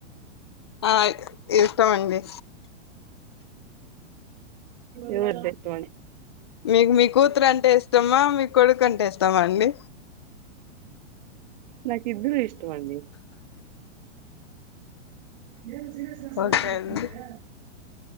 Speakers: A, on the left (about 25°); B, on the right (about 40°).
A: ఆ ఇష్టమండి
B: ఎవద్దట్ మ
A: మీకు మీ కూతురు అంటే ఇస్తమా మీ కొడుకు అంటే ఇస్తామా అండి
B: నాకు ఇద్దారూ ఇష్టమడి ఏను సీరియస్గా సర
A: ఓకే
B: చెతునారు
A: అండి